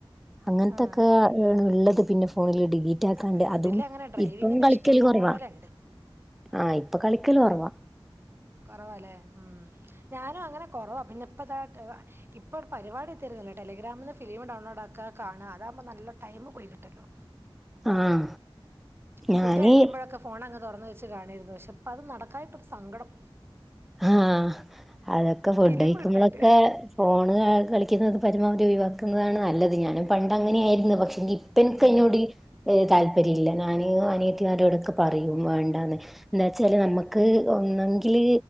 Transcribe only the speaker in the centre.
അങ്ങനത്തൊക്കെ
ഉള്ളത് പിന്നെ ഫോണില് ഡിലീറ്റ് ആക്കാണ്ട്
അതും
ഇപ്പം കളിക്കല്
കൊറവാ
ആഹ് ഇപ്പൊ കളിക്കല് കൊറവാ
ആഹ്
ഞാന്
ആഹ് അതൊക്കെ ഫുഡ്
കഴിക്കുമ്പോളൊക്കെ
ഫോണ് ക കളിക്കുന്നത് പരമാവധി ഒഴിവാക്കുന്നതാണ് നല്ലത് ഞാനും പണ്ട് അങ്ങനെയാരുന്നു പക്ഷെങ്കി ഇപ്പ എനിക്കയ്നോട്
ഏഹ് താല്പര്യല്ല ഞാന് അനിയത്തിമാരോടൊക്കെ പറയും വേണ്ടാന്ന് എന്താ വെച്ചാല് നമ്മുക്ക് ഒന്നെങ്കില്